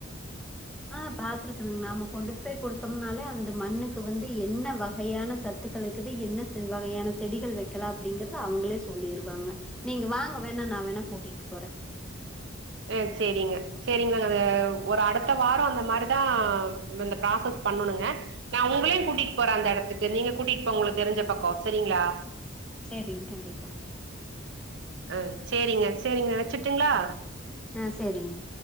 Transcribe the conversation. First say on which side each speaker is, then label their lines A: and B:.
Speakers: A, in the centre; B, on the right.
A: ஆ பாத்துருக்கணுங் நாம கொண்டுட் போய் குடுத்தோம்னாலே அந்த மண்ணுக்கு வந்து என்ன வகையான சத் சத்துக்களக்குது என்ன செல்வாக வகையான செடிகள் வெக்கலா அப்டீங்கறது அவுங்களே சொல்லிருவாங்க நீங்க வாங்க வேணா நா வேணா கூட்டிட்டு போறே
B: ஏ செரிங்க செரிங்கங்க ஒரு அடுத்த வாரோ அந்த மாரிதா இந்த ப்ராசஸ் பண்ணணோங்க நா உங்களையு கூட்டிட்டு போறே அந்த எடத்துக்கு நீங்க கூட்டிட்டு போ உங்குளுக்கு தெரிஞ்ச பக்கோ செரிங்களா
A: செரிங்க கண்டிப்பா
B: அ செரிங்க செரிங்க வெச்சுட்டுங்களா
A: ஆ செரிங்க